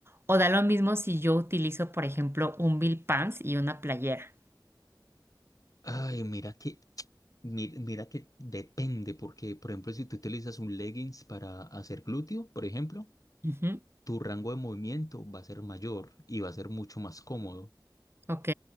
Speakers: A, on the right (about 30°); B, on the left (about 45°).
A: ¿O da lo mismo si yo utilizo, por ejemplo, un bill pants y una playera?
B: Ay, mira que, mi- mira que depende, porque por ejemplo, si tú utilizas un leggings para hacer glúteo, por ejemplo,
A: Ujú,
B: tu rango de movimiento va a ser mayor y va a ser mucho más cómodo.
A: Ok.